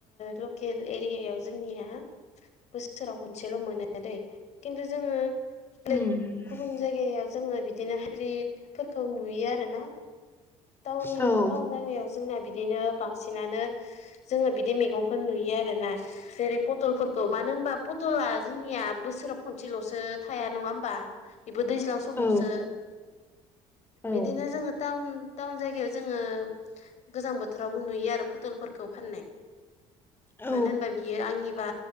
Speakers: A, on the left; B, on the left.
A: लकेल एरियायाव जोंनिया बोसोराव खनसेल' मोनो दै खिन्थु जोङो <unintelligible>
B: उम
A: गुबुन जायगायाव जोङो बिदिनो हाद्रिफोरखौ नुयो आरो ना टाउन
B: औ
A: टाउन जायगायाव जोंना बिदिनो बांसिनानो जोङो बिदि मैगंखौ नुयो आरो ना जेरै पटलफोरखौ मानो होनबा पटला जोंनिया बोसोराव खनसेल'सो थाया नङा होमबा बेबो दैज्लां समावसो
B: औ औ
A: बिदिनो जोङो टाउन टाउन जायगायाव जोङो गोजां बोथोरावबो नुयो आरो फटलफोरखौ फाननाय
B: औ
A: मानो होनबा बियो आंनिबा